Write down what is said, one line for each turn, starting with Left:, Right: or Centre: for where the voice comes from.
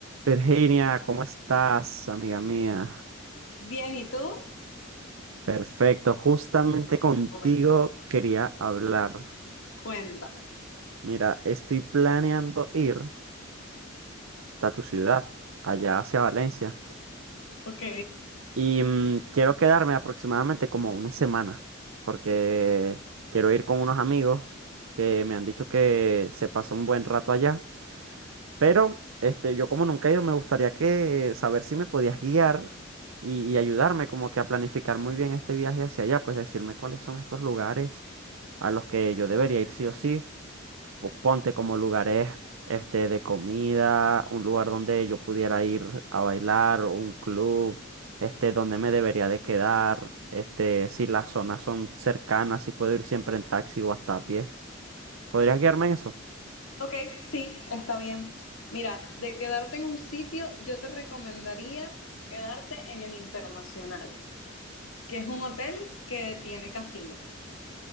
Right: Virginia, ¿cómo estás, amiga mía?
Left: Bien, ¿y tú?
Right: Perfecto, justamente contigo
Left: Bueno,
Right: quería hablar.
Left: Cuéntame.
Right: Mira, estoy planeando ir hasta tu ciudad, allá hacia Valencia,
Left: Ok,
Right: y mm, quiero quedarme aproximadamente como una semana, porque quiero ir con unos amigos que me han dicho que se pasó un buen rato allá Pero este, yo como nunca he ido, me gustaría que saber si me podías guiar y, y ayudarme como que a planificar muy bien este viaje hacia allá, pues decirme cuáles son estos lugares a los que yo debería ir sí o sí. Po- Ponte como lugares este, de comida, un lugar donde yo pudiera ir a bailar, o un club, este, donde me debería de quedar, este, si las zonas son cercanas, si puedo ir siempre en taxi o hasta a pie. ¿Podrías guiarme en eso?
Left: ok, sí, está bien. Mira, de quedarte en un sitio, yo te recomendaría quedarte en el Internacional, que es un hotel que tiene casino.